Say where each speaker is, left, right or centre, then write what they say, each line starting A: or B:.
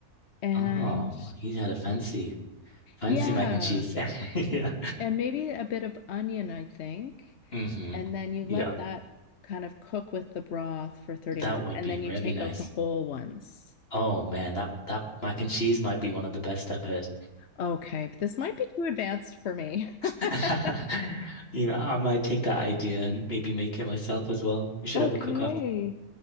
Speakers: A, on the left (about 55°); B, on the left (about 40°).
A: And
B: Oh, he's had a fancy, fancy
A: yeah.
B: mac and cheese. <laughs> Yeah.
A: And maybe a bit of onion, I think.
B: Mm-hmm.
A: And then you
B: Yeah.
A: let that kind of cook with the broth for 30
B: That
A: minutes,
B: would
A: and
B: be
A: then
B: very
A: you take
B: nice.
A: out the whole ones.
B: Oh man, that that mac and cheese might be one of the best I've heard.
A: Okay, this might be too advanced for me. <laughs>
B: <laughs> You know, I might take that idea and maybe make it myself as well. We should
A: Okay.
B: have a cook-off.